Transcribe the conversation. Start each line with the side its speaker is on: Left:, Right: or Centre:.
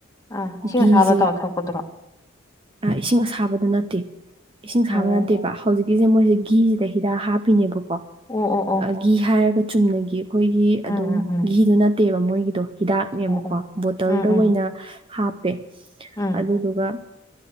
Left: ꯑꯥ ꯏꯁꯤꯡ
Right: ꯒꯤꯁꯦ
Left: ꯑꯁꯥꯕ ꯇꯧꯔ ꯊꯛꯄꯗꯨꯔꯣ
Right: ꯑ ꯏꯁꯤꯡ ꯑꯁꯥꯕꯗ ꯅꯠꯇꯦ ꯏꯁꯤꯡ ꯁꯥꯕ
Left: ꯑꯣ
Right: ꯅꯠꯇꯦꯕ ꯍꯧꯖꯤꯛꯀꯤꯁꯦ ꯃꯣꯏꯁꯦ ꯒꯤꯁꯤꯗ ꯍꯤꯗꯥꯛ ꯍꯥꯞꯄꯤꯅꯦꯕꯀꯣ
Left: ꯑꯣ ꯑꯣ ꯑꯣ
Right: ꯘꯤ ꯍꯥꯏꯔꯒ ꯆꯨꯝꯅꯒꯤ ꯑꯩꯈꯣꯏꯒꯤ ꯑꯗꯨꯝ
Left: ꯎꯝ ꯎꯝ ꯎꯝ
Right: ꯘꯤꯗꯣ ꯅꯠꯇꯦꯕ ꯃꯣꯏꯒꯤꯗꯣ ꯍꯤꯗꯥꯛꯅꯦꯕꯀꯣ
Left: ꯑꯣ ꯑꯣ
Right: ꯕꯣꯇꯜꯗ
Left: ꯎꯝ
Right: ꯑꯣꯏꯅ
Left: ꯎꯝ
Right: ꯍꯥꯞꯄꯦ
Left: ꯎꯝ
Right: ꯑꯗꯨꯗꯨꯒ